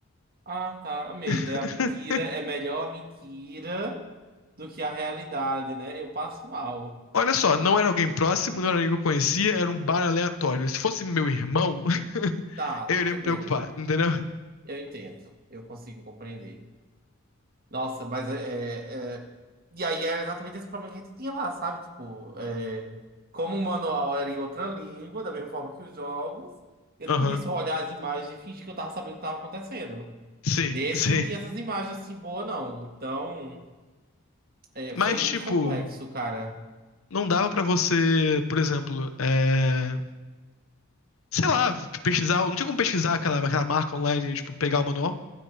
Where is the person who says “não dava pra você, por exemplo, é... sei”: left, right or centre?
Left